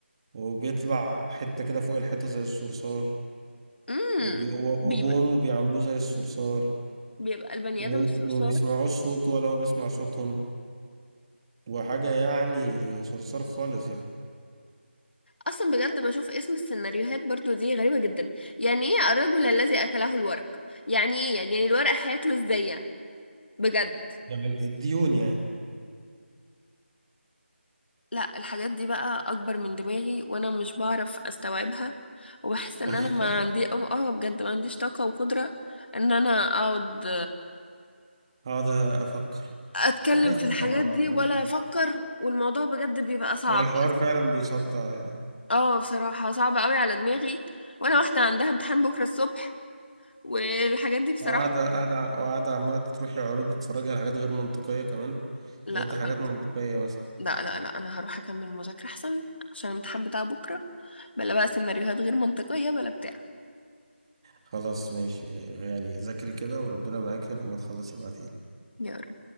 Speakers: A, on the right (about 25°); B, on the left (about 60°).
A: وبيطلع حتة كده فوق الحيطة زي الصرصار
B: امم
A: وبي... و-
B: بيبقى
A: وأبوه وأمه بيعاملوه زي الصرصار
B: بيبقى البني
A: و...
B: آدم الصرصار
A: وما بيسمعوش صوته ولا هو بيسمع صوتهم وحاجة يعني صرصار خالص يعني
B: أصلا بجد بشوف اسم السيناريوهات برضو دي غريبة جدا يعني إيه الرجل الذي أكله الورق يعني إيه يعني يعني الورق هياكله إزاي يعني بجد
A: يعني الديون يعني
B: لا الحاجات دي بقى اكبر من دماغي وانا مش بعرف استوعبها وبحس
A: <laughs>
B: ان انا ما عندي اه آه بجد ما عنديش طاقة وقدرة ان انا اقعد
A: هقعد أفكر
B: اتكلم
A: أنا عايز
B: في
A: أفهم
B: الحاجات
A: على
B: دي
A: طول
B: ولا افكر والموضوع بجد بيبقى صعب
A: هو الحوار فعلا بيصدع يعني
B: اه بصراحة صعب قوي على دماغي وانا واحدة عندها امتحان بكرة الصبح والحاجات دي بصراحة
A: هو قاعدة قاعدة وقاعدة عمالة تروحي عروض تتفرجي على حاجات غير منطقية كمان
B: لا
A: يا ريت
B: خلاص
A: حاجات منطقية مثلا
B: لا لا لا انا هروح اكمل المذاكرة احسن عشان الامتحان بتاع بكرة بلا بقى سيناريوهات غير منطقية بلا بتاع
A: خلاص ماشي يعني ذاكري كده وربنا معاكي ولما تخلصي ابعتيلي
B: يلا